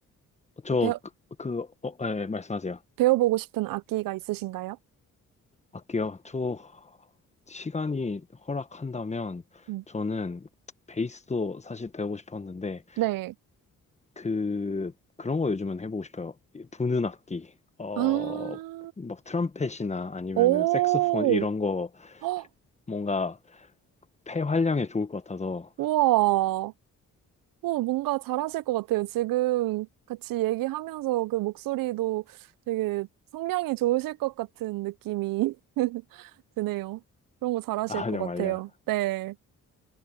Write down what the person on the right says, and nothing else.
배,
배워보고 싶은 악기가 있으신가요?
음,
네.
아,
오,
헉,
우와. 어, 뭔가 잘하실 것 같아요. 지금 같이 얘기하면서 그 목소리도 되게 성량이 좋으실 것 같은 느낌이 <laughs> 드네요. 그런 거 잘하실
것
같아요. 네.